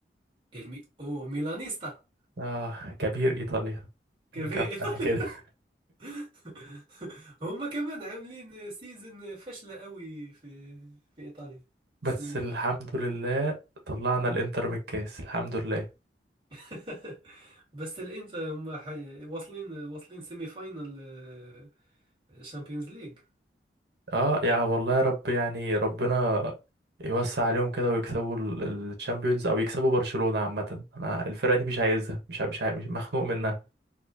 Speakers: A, on the right; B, on the right.
A: المي... أو ميلانيستا
B: اه كبير ايطاليا
A: كيف
B: من كام
A: <laughs>
B: سنة
A: إيطالي
B: كده
A: <laughs> هما كمان عاملين سيزن فاشلة قوي في في إيطاليا
B: <laughs> بس
A: السنة
B: الحمد
A: دي
B: لله طلعنا الانتر من الكاس الحمد لله
A: <laughs> بس الإنتر هما حي... واصلين واصلين سيمي فاينل شامبيونز ليج
B: اه يا والله يا رب يعني ربنا يوسع عليهم كده ويكسبوا الشامبيونز او يكسبوا برشلونة عامة انا الفرقة دي مش عايزها مش ع- مش, ع- مش مخنوق منها